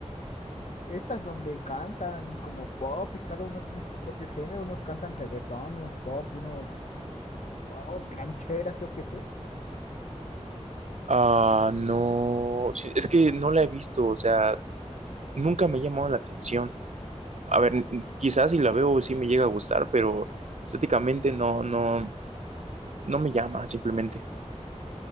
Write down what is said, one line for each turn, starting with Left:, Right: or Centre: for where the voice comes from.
Left: estas donde cantan como pop y cada uno tiene su propio género, unos cantan reggaetón, unos pop, unos wow, rancheras, yo qué sé.
Right: Ah, no, sí, es que no la he visto, o sea, nunca me ha llamado la atención. A ver, n- quizás si la veo sí me llega a gustar, pero estéticamente no, no. no me llama, simplemente.